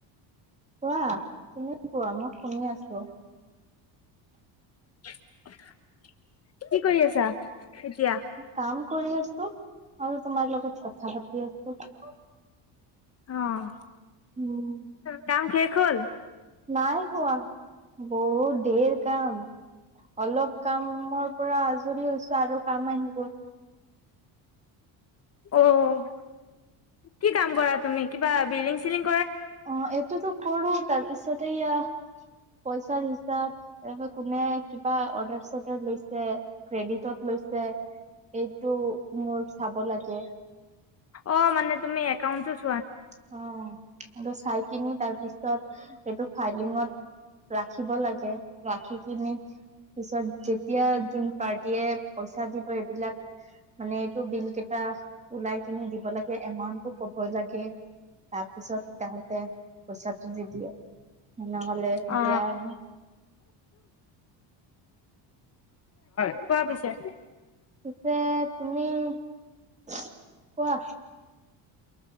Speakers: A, on the right; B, on the left.
A: কোৱা তুমি কোৱা মই শুনি আছো
B: উ <unintelligible> কি কৰি আছা এতিয়া
A: কাম কৰি আছো আৰু তোমাৰ লগত কথা পাতি আছো
B: অঁ
A: উম
B: কাম শেষ হল
A: নাই বহুত ধেৰ কাম অলপ কামৰ পৰা হৈছো আৰু কাম আহি গল
B: অঁ কি কাম কৰা তুমি কিবা বিল্ডিং চিল্ডিং
A: অঁ এইটোতো কৰো তাৰ পিছতে এয়া পইচাৰ হিচাপ ত কোনে অৰ্ডাৰ চৰ্ডাৰ লৈছে ক্ৰেডিটত লৈছে এইটো মোৰ চাব লাগে
B: অঁ মানে তুমি একাউণ্টতোত
A: অঁ এইটো চাই কিনি তাৰ পিছত এইটো ফাইলিঙত ৰাখিব লাগে। ৰাখি কিনি পিছত যেতিয়া যোন পাৰ্টে পইচা দিব এইবিলাক মানে এইটো বিল কেইটা ওলাই কিনি দিব লাগে এমাউনট তো ক'ব লাগে তাৰপিছত তাহতে পইচাটো দি দিয়ে নহলে
B: অ
A: বেয়া নহ
B: কোৱা পিছে
A: পিছে তুমি <unintelligible> কোৱা